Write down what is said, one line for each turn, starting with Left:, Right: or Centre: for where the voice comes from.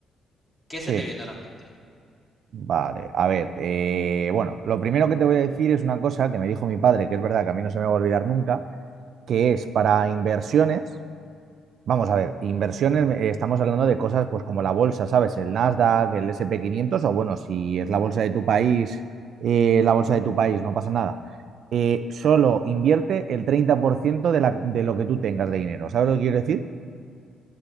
Left: ¿qué
Right: Sí,
Left: se te viene a la mente?
Right: vale. A ver, eh, bueno, lo primero que te voy a decir es una cosa que me dijo mi padre, que es verdad que a mí no se me va a olvidar nunca, que es para inversiones, vamos a ver, inversiones, eh, estamos hablando de cosas pues como la bolsa, ¿sabes? El Nasdaq, el S&P quinientos o bueno, si es la bolsa de tu país, eh, la bolsa de tu país, no pasa nada. Eh, solo invierte el 30% de, la- de lo que tú tengas de dinero, ¿sabes lo que quiero decir?